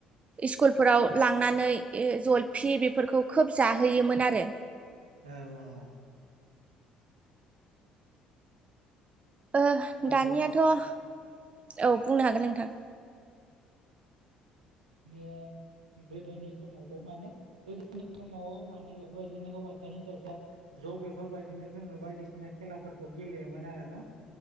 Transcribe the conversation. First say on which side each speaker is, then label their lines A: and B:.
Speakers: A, on the right; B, on the right.
A: स्कुलफोराव लांनानै जलफि बेफोरखौ खोब जाहोयोमोन आरो
B: औ औ
A: औ
B: आरो
A: दानियाथ' औ बुंनो हागोन नोंथां
B: ओ गोदोनि समावबो माने गोदोनि समाव माने बेफोरबायदिनो हौवासा हिन्जावसा ज' बेफोरबायदिनो जोङो बायदिसिना खेलाफोरखौ गेलेयोमोन आरोना